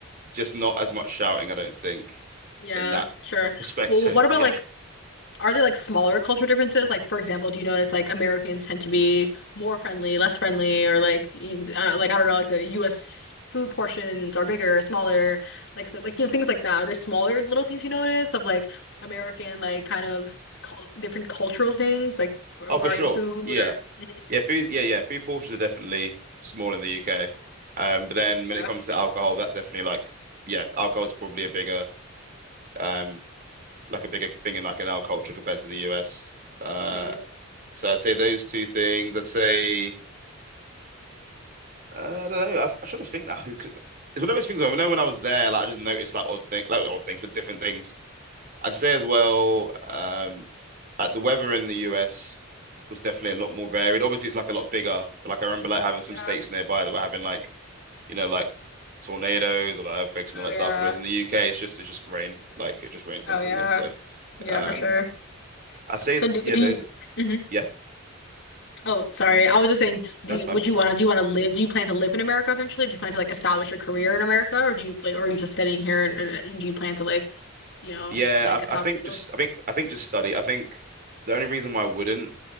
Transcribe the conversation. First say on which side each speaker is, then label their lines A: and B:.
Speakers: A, on the right; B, on the left.
A: just not as much shouting. I don't think
B: Yeah,
A: in that
B: sure.
A: perspective.
B: Well, what
A: <laughs>
B: about
A: Yeah.
B: like Are there like smaller cultural differences? Like, for example, do you notice like Americans tend to be more friendly, less friendly, or like, do you- uh, like I don't know, like the U.S. food portions are bigger, smaller, like so, like you know things like that. Are there smaller little things you notice of like American like kind of cul different cultural things like f-
A: Oh,
B: regarding
A: for sure.
B: food
A: Yeah.
B: or Mhm.
A: Yeah. Food. Yeah. Yeah. Food portions are definitely small in the UK. Um, but then
B: Yeah.
A: when it comes to alcohol, that's definitely like yeah, alcohol is probably a bigger um like a bigger thing in like in our culture compared to the US. Uh,
B: hmm
A: So I'd say those two things. I'd say uh, I don't know. I've, I'm trying to think now. It's one of those things where I know when I was there, like I just noticed like odd things, like odd things, but different things. I'd say as well, um, like the weather in the US was definitely a lot more varied. Obviously, it's like a lot bigger, but like I remember like having some
B: Yeah.
A: states nearby that were having like you know like tornadoes or like earthquakes
B: Oh
A: and all that
B: yeah.
A: stuff. Whereas in the UK, it's just it's just rain, like it just rains constantly.
B: Oh yeah.
A: So
B: Yeah,
A: um,
B: for sure.
A: I'd say
B: So do,
A: yeah,
B: do
A: those.
B: you?
A: are-
B: Mhm.
A: Yeah,
B: Oh, sorry. I was just saying, do
A: that's
B: you,
A: fine.
B: would you want to, do you want to live, do you plan to live in America eventually? Do you plan to like establish your career in America or do you like, or are you just sitting here and, and do you plan to like, you know,
A: Yeah,
B: like establish
A: I, I think
B: yourself?
A: just I think I think just study. I think the only reason why I wouldn't